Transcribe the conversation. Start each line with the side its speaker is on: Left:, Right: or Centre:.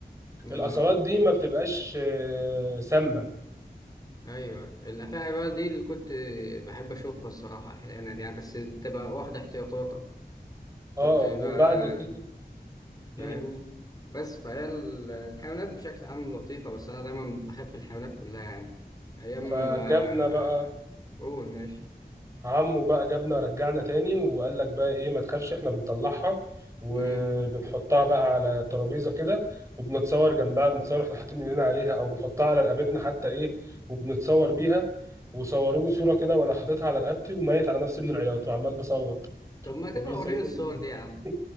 Left: اه
Right: الاصلات دي ما بتبقاش آه، سامه
Left: ايوه الافاعي بقى دي اللي كنت بحب اشوفها الصراحه احيانا يعني بس تبقى واخده احتياطاتك كنت
Right: اه
Left: بقى
Right: وبعد كده مم.
Left: فاهمني بس فهي ال- الحيوانات بشكل عام لطيفه بس انا دايما بخاف من الحيوانات كلها يعني ايام
Right: فجبنا
Left: آه،
Right: بقى
Left: قول ماشي
Right: عمه بقى جابنا رجعنا تاني وقال لك بقى ايه ما تخافش احنا بنطلعها وبنحطها
Left: مم.
Right: بقى على ترابيزه كده وبنتصور جنبها بنتصور احنا حاطين ايدينا عليها او بنحطها على رقبتنا حتى ايه وبنتصور بيها وصوروني صوره كده وانا حاططها على رقبتي وميت على نفسي من العياط وعمال بصوت
Left: طب ما تبقى
Right: بيسلموني
Left: وريني الصور دي يا عم
Right: <laughs>